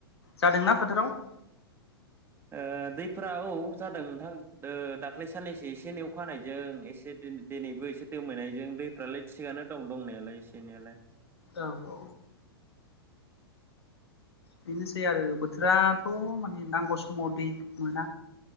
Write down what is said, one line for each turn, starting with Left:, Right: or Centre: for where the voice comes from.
Left: जादोंना फोथाराव?
Right: ओ दैफ्राऔ जादों नोंथांओ दाख्लै साननैसो एसे एनै अखा हानायजों एसे दिनैबो एसे दोमैनायजों दैफ्रालाय थिगानो दं दंनायालाय एसे एनैलाय।
Left: औ औ। बेनोसै आरो बोथोराथ' माने नांगौ समाव दै मोना।